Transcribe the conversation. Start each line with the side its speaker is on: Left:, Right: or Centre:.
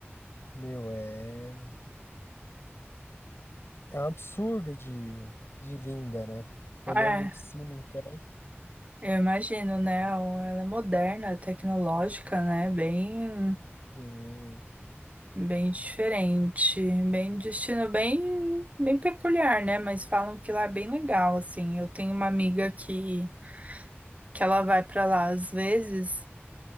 Left: meu, é, é um absurdo de, de linda, né? Olhando
Right: É,
Left: de cima, então.
Right: eu imagino, né? Ela é moderna, tecnológica, né? Bem
Left: Sim,
Right: Bem diferente, bem destino bem bem peculiar, né? Mas falam que lá é bem legal, assim. Eu tenho uma amiga que que ela vai pra lá às vezes